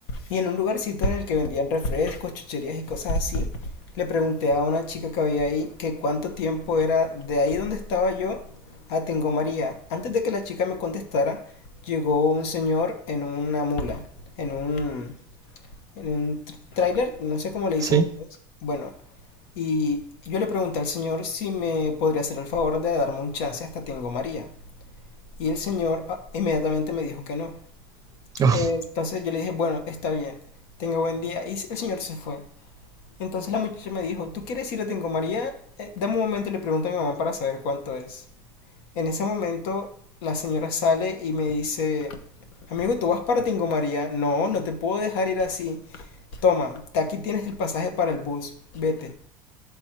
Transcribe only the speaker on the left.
y en un lugarcito en el que vendían refrescos, chucherías y cosas así, le pregunté a una chica que había ahí que cuánto tiempo era de ahí donde estaba yo a Tengo María. Antes de que la chica me contestara, llegó un señor en una mula, en un, en un tr- tráiler, no sé cómo le dicen
ustedes. Bueno, y yo le pregunté al señor si me podría hacer el favor de darme un chance hasta Tengo María. Y el señor ah, inmediatamente me dijo que no.
Eh, Entonces yo le dije, bueno, está bien, tenga buen día. Y el señor se fue. Entonces la muchacha me dijo, ¿tú quieres ir a Tingo María? Eh, dame un momento y le pregunto a mi mamá para saber cuánto es. En ese momento la señora sale y me dice, amigo, ¿tú vas para Tingo María? No, no te puedo dejar ir así. Toma, aquí tienes el pasaje para el bus, vete.